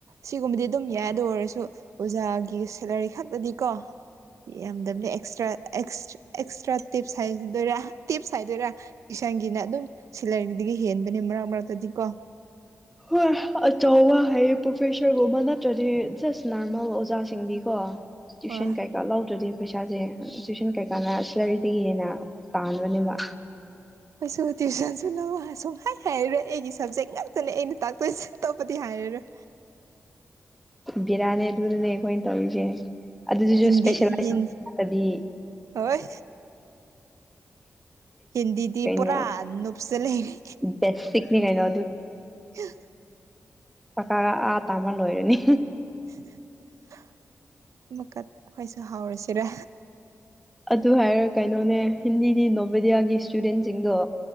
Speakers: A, on the right; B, in the centre.
A: ꯁꯤꯒꯨꯝꯕꯗꯤ ꯗꯨꯝ ꯌꯥꯏ ꯑꯗꯨ ꯑꯣꯏꯔꯁꯨ ꯑꯣꯖꯥꯒꯤ ꯁꯦꯂꯔ ꯈꯛꯇꯗꯤꯀꯣ ꯌꯥꯝꯗꯕꯅꯦ ꯑꯦꯛꯁꯇ꯭ꯔꯥ ꯑꯦꯛꯁ ꯑꯦꯛꯁꯇ꯭ꯔꯥ ꯇꯤꯞ <unintelligible> ꯇꯤꯞꯁ ꯍꯥꯏꯗꯣꯏꯔꯥ ꯏꯁꯟꯒꯤꯅ ꯑꯗꯨꯝ ꯁꯦꯂ꯭ꯔ ꯔꯤꯗꯒꯤ ꯍꯦꯟꯕꯅꯤ ꯃꯔ ꯃꯔꯛꯇꯗꯤꯀꯣ
B: ꯍꯣꯏ ꯑꯆꯧꯕ ꯍꯥꯏꯌꯦ ꯄ꯭ꯔꯣꯐꯦꯁꯔꯒꯨꯝꯕ ꯅꯠꯇ꯭ꯔꯗꯤ ꯖꯁ ꯅꯣꯔꯃꯦꯜ ꯑꯣꯖꯥꯁꯤꯡꯗꯤꯀꯣ ꯇ꯭ꯌꯨꯨꯁꯟ
A: ꯍꯣꯏ
B: ꯀꯩꯀꯥ ꯂꯧꯗ꯭ꯔꯗꯤ ꯄꯩꯁꯥꯖꯦ ꯇꯨꯏꯁꯟ ꯀꯩꯀꯥꯅ ꯁꯦꯂꯔꯤꯗꯒꯤ ꯍꯦꯟꯅ ꯇꯥꯟꯕꯅꯦꯕ
A: ꯑꯩꯁꯨ ꯇ꯭ꯌꯨꯁꯟꯁꯨ ꯂꯧꯕ ꯁꯨꯛ ꯍꯥꯏ ꯍꯥꯏꯔꯔꯣꯏ ꯑꯩꯒꯤ ꯁꯞꯖꯦꯛ ꯉꯥꯛꯇꯅꯦ ꯑꯩꯅ ꯇꯥꯛꯇꯣꯏꯁꯦ ꯑꯇꯣꯞꯄꯗꯤ ꯍꯥꯏ ꯍꯦꯔꯔꯣꯏ
B: ꯕꯤꯔꯥꯅꯦ ꯑꯗꯨꯅꯅꯦ ꯈꯣꯏꯅ ꯇꯧꯔꯤꯁꯦ ꯑꯗꯨꯖꯨꯖꯨ
A: ꯍꯤꯟꯗꯤ
B: ꯁ꯭ꯄꯦꯁꯦꯜꯂꯥꯏꯁ
A: ꯍꯤꯟ
B: ꯇꯕꯤ
A: ꯍꯣꯏ ꯍꯤꯟꯗꯤꯗꯤ
B: ꯀꯩꯅꯣ
A: ꯄꯨꯔꯥ ꯅꯨꯞꯁ ꯆꯠ ꯂꯩꯔꯦ
B: ꯕꯦꯁꯤꯛꯅꯤ ꯀꯩꯅꯣ
A: <unintelligible>
B: ꯀꯀꯥꯒ ꯑꯥ ꯇꯥꯝꯃ ꯂꯣꯏꯔꯅꯤ
A: <unintelligible> ꯀꯠ ꯑꯈꯣꯏꯁꯨ ꯍꯧꯔꯥꯁꯤꯔꯥ
B: ꯑꯗꯨ ꯍꯥꯏꯔ ꯀꯩꯅꯣꯅꯦ ꯍꯤꯟꯗꯤꯗꯤ ꯅꯣꯕꯦꯗꯤꯌꯥꯒꯤ ꯁ꯭ꯇꯨꯗꯦꯟꯁꯤꯡꯗꯣ